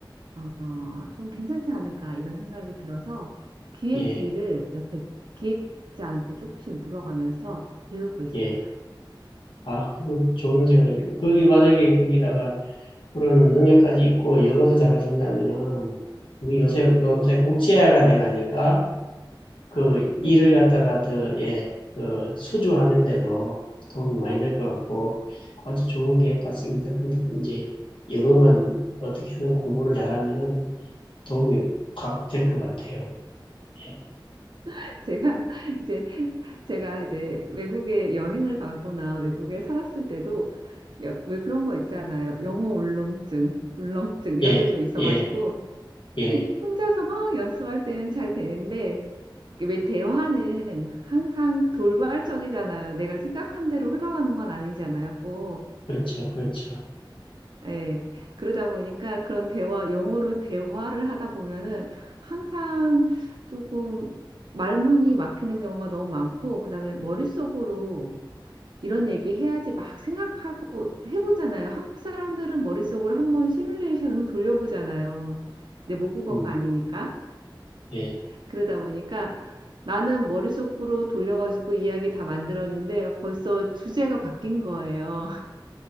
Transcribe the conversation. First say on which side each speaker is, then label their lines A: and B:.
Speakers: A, on the right; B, on the left.
A: 어, 좀 괜찮지 않을까 이런 생각이 들어서 기획
B: 예,
A: 일을 옆에 기획자한테 조금씩 물어가면서 배우고 있어요.
B: 예. 아, 그거 좋은 생각입니다. 거기 만약에 거기다가 그런 능력까지 있고 영어도 잘하신다면은 우리 요새 요새 국제화가 돼가니까 그
A: 네.
B: 일을 갖다가 더 예, 그 수주하는데도 도움이 많이 될 것 같고 아주 좋은 계획 같습니다. 근데 이제 영어만 어떻게든 공부를 잘하면은 도움이 확 될 것 같아요. 예,
A: <laughs> 제가 이제 제가 이제 외국에 여행을 가거나 외국에 살았을 때도 여- 왜 그런 거 있잖아요. 영어 울렁증, 울렁증 이런
B: 예,
A: 게 좀 있어가지고
B: 예, 예.
A: 혼- 혼자서 막 연습할 때는 잘 되는데 이게 왜 대화는 항상 돌발적이잖아요. 내가 생각한 대로 흘러가는 건 아니잖아요, 꼭.
B: 그렇죠, 그렇죠.
A: 예. 그러다 보니까 그런 대화, 영어로 대화를 하다 보면은 항상 조금 말문이 막히는 경우가 너무 많고, 그다음에 머릿속으로 이런 얘기 해야지 막 생각하고 해보잖아요. 한국 사람들은 머릿속으로 한번 시뮬레이션을 돌려보잖아요. 내 모국어가
B: 음,
A: 아니니까.
B: 예,
A: 그러다 보니까 나는 머릿속으로 돌려가지고 이야기 다 만들었는데 벌써 주제가 바뀐 거예요.